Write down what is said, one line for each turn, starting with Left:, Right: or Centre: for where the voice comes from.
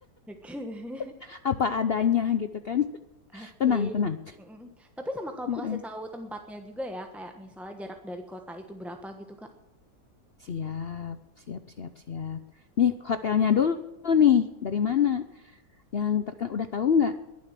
Centre: Oke.
Left: <laughs> apa adanya gitu kan.
Centre: Oke.
Left: Tenang, tenang.
Centre: Mm-mm. Tapi sama kamu
Left: mm
Centre: kasih tahu tempatnya juga ya, kayak misalnya jarak dari kota itu berapa gitu, Kak.
Left: Siap, siap, siap, siap. Nih hotelnya dulu nih, dari mana? Yang terkenal udah tahu nggak?